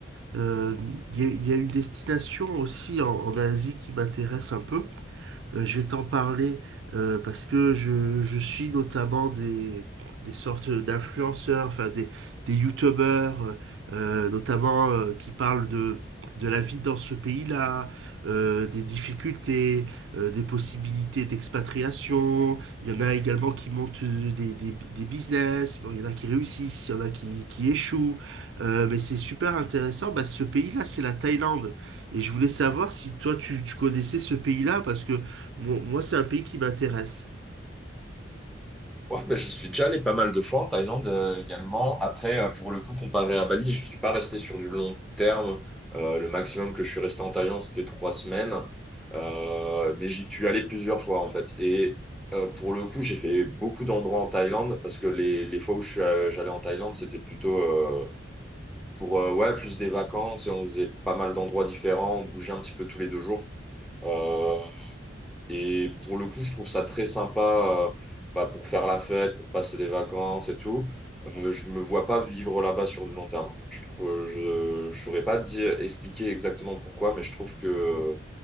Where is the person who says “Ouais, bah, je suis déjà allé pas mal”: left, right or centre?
Centre